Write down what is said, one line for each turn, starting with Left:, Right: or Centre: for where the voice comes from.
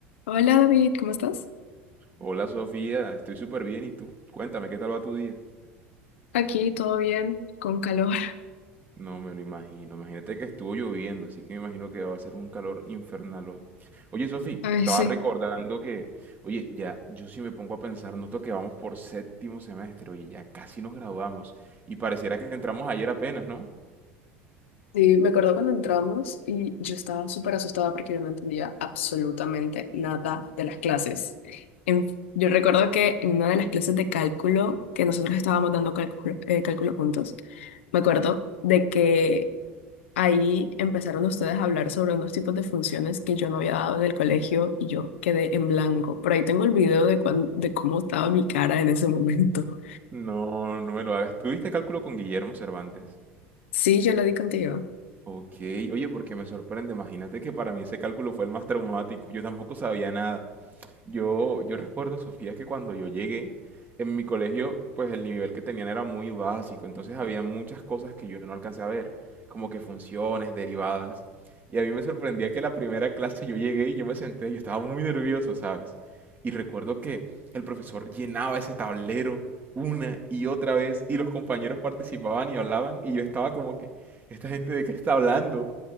Left: Hola David, ¿cómo estás?
Right: Hola Sofía, estoy súper bien y tú, cuéntame qué tal va tu día.
Left: Aquí todo bien, con calor. <laughs>
Right: No me lo imagino, imagínate que estuvo lloviendo, así que me imagino que va a ser un calor infernal hoy. Oye Sofía,
Left: Ay,
Right: estaba
Left: sí.
Right: recordando que, oye, ya yo sí me pongo a pensar, noto que vamos por séptimo semestre, oye, ya casi nos graduamos y pareciera que entramos ayer apenas, ¿no?
Left: Y me acuerdo cuando entramos y yo estaba súper asustada porque yo no entendía absolutamente nada de las clases. En- yo recuerdo que en una de las clases de cálculo, que nosotros estábamos dando cálculo, eh, cálculo juntos, me acuerdo de que ahí empezaron ustedes a hablar sobre unos tipos de funciones que yo no había dado en el colegio y yo quedé en blanco. Por ahí tengo el video de, cuán- de cómo estaba mi cara en ese momento.
Right: No, no me lo hagas. ¿Tuviste cálculo con Guillermo Cervantes?
Left: Sí, yo lo di contigo.
Right: Ok, oye, porque me sorprende, imagínate que para mí ese cálculo fue el más traumático, yo tampoco sabía nada. Yo, yo recuerdo, Sofía, que cuando yo llegué, en mi colegio, pues el nivel que tenían era muy básico, entonces había muchas cosas que yo no alcancé a ver, como que funciones, derivadas. Y a mí me sorprendía que la primera clase yo llegué y yo me senté, yo estaba muy nervioso, ¿sabes? Y recuerdo que el profesor llenaba ese tablero una y otra vez y los compañeros participaban y hablaban y yo estaba como que, ¿esta gente de qué está hablando?